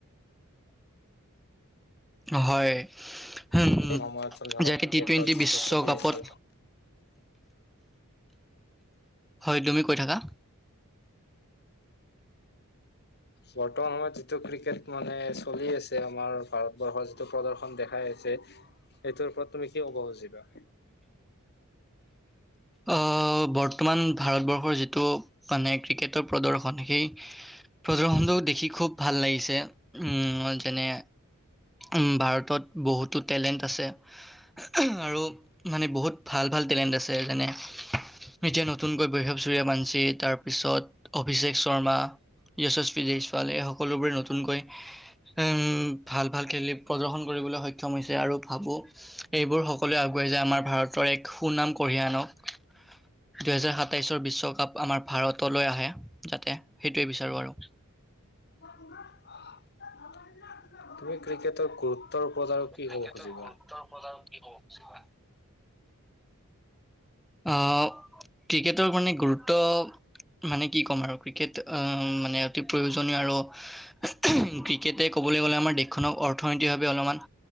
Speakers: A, in the centre; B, on the left.
A: হয় উম
B: সময়ত চলি থকা
A: যোৱা
B: ক্ৰিকেটত
A: টি টুৱেণ্টি
B: যিটো
A: বিশ্বকাপত
B: চলি আছে
A: হয় তুমি কৈ থাকা।
B: বৰ্তমান সময়ত যিটো ক্ৰিকেট টো মানে চলি আছে আমাৰ ভাৰতবৰ্ষৰ যিটো প্ৰদৰ্শন দেখাই আছে এইটোৰ ওপৰত তুমি কি ক'ব খুজিবা?
A: আহ বৰ্তমান ভাৰতবৰ্ষৰ যিটো মানে ক্ৰিকেটৰ প্ৰদৰ্শন সেই প্ৰদৰ্শনটো দেখি খুব ভাল লাগিছে। উম মই যেনে উম ভাৰতত বহুতো টেলেণ্ট আছে। উ হু আৰু মানে বহুত ভাল - ভাল টেলেণ্ট আছে যেনে এতিয়া নতুনকৈ বৈশৱ চুুৰীয়াবাঞ্চী তাৰপিছত অভিষেক শৰ্মা য়শস্বী জয়ছৱালে এই সকলোবোৰে নতুনকৈ উম ভাল ভাল খেলি প্ৰদৰ্শন কৰিবলৈ সক্ষম হৈছে আৰু ভাবোঁ এইবোৰ সকলোৱে আগুৱ়াই যায়, আমাৰ ভাৰতৰ এক সুনাম কঢ়িয়াই আনক। দুহেজাৰ সাতাইশৰ বিশ্বকাপ আমাৰ ভাৰতলৈ আহে যাতে সেইটোৱে বিচাৰো আৰু।
B: অ শুনক? অ। <unintelligible> তুমি ক্ৰিকেটত গুৰুত্বৰ <unintelligible>
A: ক্ৰিকেটৰ
B: খুজিবা?
A: গুৰুত্বৰ প্ৰদানক কি কব খুজিবা? আহ, ক্ৰিকেটৰ মানে গুৰুত্ব মানে কি ক'ম আৰু ক্ৰিকেট আ মানে অতি প্ৰয়োজনীয় আৰু উহুম, ক্ৰিকেটে ক'বলৈ গ'লে আমাৰ দেশখনক অৰ্থনৈতিকভাৱে অলপমান